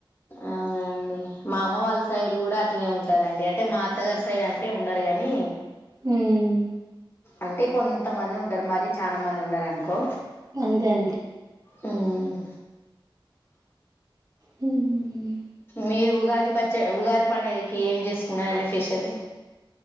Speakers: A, on the left; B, on the right.
A: అవునండి మా అమ్మ వాళ్ళ సైడ్ కూడా అట్ల నే ఉంటారండి అంటే మా అత్తగారి సైడ్ అంటే ఉండరు గానీ
B: హ్మ్
A: అంటే కొంతమంది ఉంటారు మరి చాన మంది ఉండరు అనుకో
B: అంతే అంతే
A: హ్మ్
B: హ్మ్ హు
A: మీరు ఉగాది పచ్చ ఉగాది పండగకి ఏం చేసుకున్నరండి స్పెషల్